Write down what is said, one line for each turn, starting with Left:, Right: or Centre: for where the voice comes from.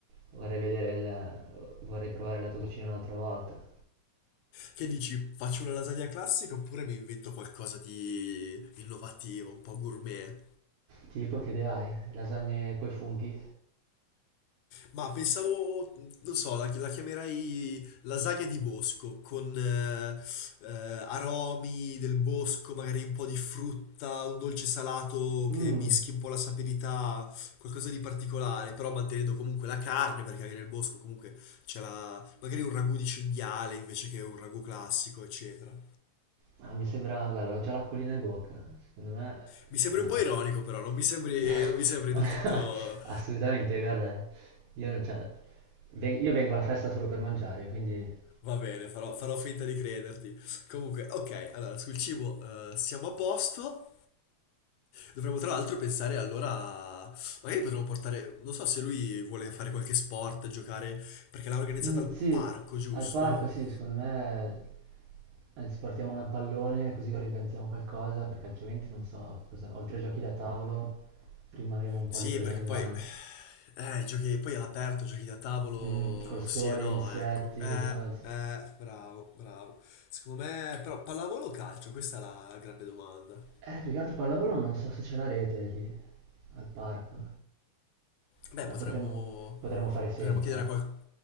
Right: vorrei vedere il, vorrei provare la tua cucina un'altra volta.
Left: Che dici, faccio una lasagna classica oppure mi invento qualcosa di innovativo, un po' gourmet?
Right: Tipo che idea hai? Lasagne coi funghi?
Left: Ma pensavo, non so, la, la chiamerei lasagna di bosco, con eh, eh, aromi del bosco, magari un po' di frutta, un dolce salato
Right: Mmm,
Left: che mischi un po' la sapidità, qualcosa di particolare, però mantenendo comunque la carne, perché anche nel bosco comunque c'è la, magari un ragù di cinghiale invece che un ragù classico, eccetera.
Right: ah, mi sembra, guarda, ho già l'acquolina in bocca, secondo me
Left: Mi sembri
Right: puoi andare.
Left: un po' ironico, però, non mi sembri,
Right: <laughs>
Left: non mi sembri
Right: Ma
Left: del
Right: <laughs>
Left: tutto
Right: assolutamente, guarda, io non c'è, ven- io vengo alla festa solo per mangiare, quindi...
Left: Va bene, farò, farò finta di crederti. Comunque, ok, allora sul cibo eh, siamo a posto. Dovremmo tra l'altro pensare allora, magari potremmo portare, non so se lui vuole fare qualche sport, giocare, perché l'ha organizzata
Right: Mm,
Left: al
Right: sì,
Left: parco, giusto?
Right: al parco sì, secondo me Anzi, partiamo una pallone così che organizziamo qualcosa, perché altrimenti non so cosa. Oltre ai giochi da tavolo, rimarremo un po'
Left: Sì,
Right: lì con le
Left: perché
Right: mani in
Left: poi,
Right: mano.
Left: eh, i giochi, poi all'aperto, giochi da tavolo,
Right: Mm, col sole,
Left: sì e no,
Right: gli insetti,
Left: ecco. Eh,
Right: le cose.
Left: eh, bravo, bravo. Secondo me, però, pallavolo o calcio? Questa è la grande domanda.
Right: Eh, più che altro pallavolo non so se c'è la rete lì, al parco.
Left: Beh,
Right: Beh,
Left: potremmo,
Right: potremmo, potremmo fare senza.
Left: potremmo chiedere a qualcuno...